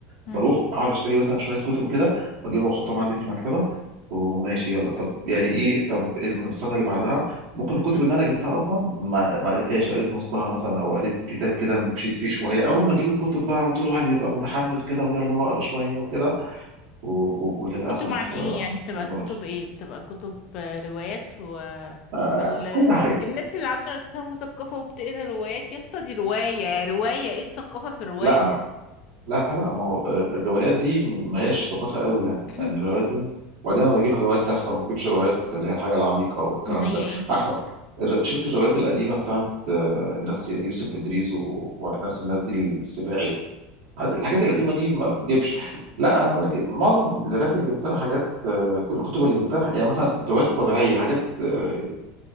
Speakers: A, on the left; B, on the right.
A: مم.
B: بروح اقعد اشتري مثلا شويه كتب كده واجيبها واحطهم عندي في المكتبه وماشي يلا طب يعني ايه طب الم- السنه اللي بعدها ممكن الكتب اللي انا جبتها اصلا ما ما قريتهاش قريت نصها مثلا او قريت كتاب كده مشيت فيه شويه اول ما اجيب الكتب بقى على طول الواحد بيبقى متحمس كده ويلا واقرا شويه وكده و... و... وللاسف
A: كتب عن ايه
B: آه،
A: يعني بتبقى
B: ما بقراش.
A: كتب ايه بتبقى كتب آه، روايات و
B: آه،
A: وال
B: كل حاجه
A: الناس اللي عامله نفسها مثقفه وبتقرا روايات يا اسطى دي روايه روايه ايه الثقافه في روايه
B: لا لا لا ما هو الروايات دي ما هيش ثقافة قوي يعني
A: <clears throat>
B: يعني الروايات دي وبعدين انا بجيب روايات تافهة وما بجيبش روايات اللي هي الحاجة العميقة والكلام
A: <coughs> زي
B: ده
A: ايه
B: عارف الر- شفت الروايات القديمة بتاعت آه، الناس يوسف إدريس و- والناس الناس دي السباعي و... حاجات- الحاجات القديمة دي ما بجيبش لا انا بجيب... معظم الروايات اللي جبتها حاجات آه، الكتب اللي جبتها يعني مثلا روايات طبيعية حاجات آه،